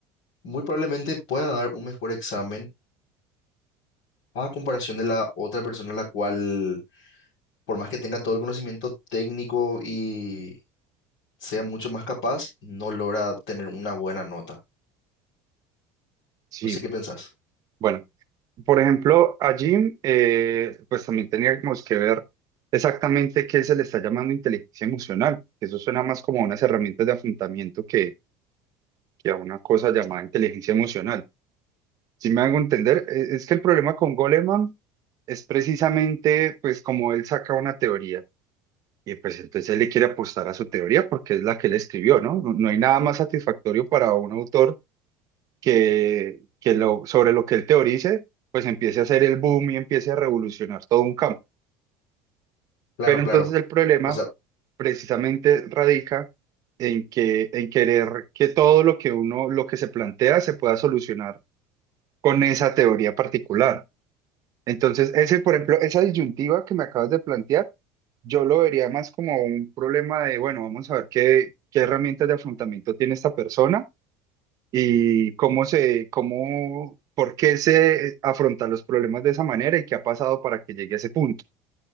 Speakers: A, on the left; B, on the right.
A: muy probablemente pueda dar un mejor examen a comparación de la otra persona, la cual, por más que tenga todo el conocimiento técnico y sea mucho más capaz, no logra tener una buena nota.
B: sí.
A: No sé qué pensás.
B: Bueno, por ejemplo, allí, eh, pues también teníamos que ver exactamente qué se le está llamando inteligencia emocional, que eso suena más como a unas herramientas de afrontamiento que, que a una cosa llamada inteligencia emocional. Si me hago entender, Eh, es que el problema con Goleman es precisamente, pues, como él saca una teoría. Y pues entonces él le quiere apostar a su teoría porque es la que él escribió, ¿no? No, no hay nada más satisfactorio para un autor que, que lo, sobre lo que él teorice, pues empiece a hacer el boom y empiece a revolucionar todo un campo.
A: Claro,
B: Pero entonces
A: claro.
B: el problema
A: O sea,
B: precisamente radica en que, en querer que todo lo que uno, lo que se plantea se pueda solucionar con esa teoría particular. Entonces, ese, por ejemplo, esa disyuntiva que me acabas de plantear, yo lo vería más como un problema de, bueno, vamos a ver qué, qué herramientas de afrontamiento tiene esta persona y cómo se, cómo, por qué se afronta los problemas de esa manera y qué ha pasado para que llegue a ese punto.